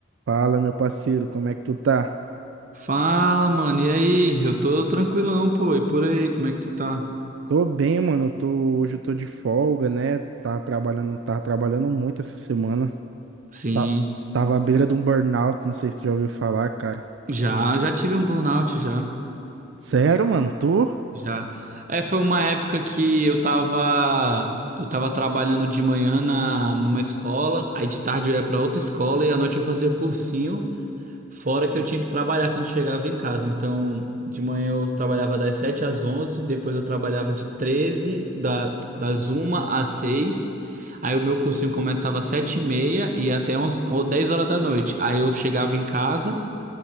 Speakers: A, on the right; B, on the right.
A: Fala, meu parceiro, como é que tu tá?
B: Fala, mano. E aí? Eu tô tranquilão, pô. E por aí, como é que tu tá?
A: Tô bem, mano. Eu tô, hoje eu tô de folga, né? Tá trabalhando, tá trabalhando muito essa semana.
B: Sim.
A: Tá- Tava à beira de um burnout, não sei se tu já ouviu falar, cara.
B: Já, já tive um burnout já.
A: Sério, mano, tu
B: Já. É, foi uma época que eu tava eu tava trabalhando de manhã na numa escola, aí de tarde eu ia pra outra escola e à noite eu fazia cursinho. Fora que eu tinha que trabalhar quando chegava em casa. Então, de manhã eu trabalhava das 7 às onze depois eu trabalhava de treze da, das uma às seis Aí o meu cursinho começava às 7 e meia e ia até 11, ou 10 horas da noite. Aí eu chegava em casa,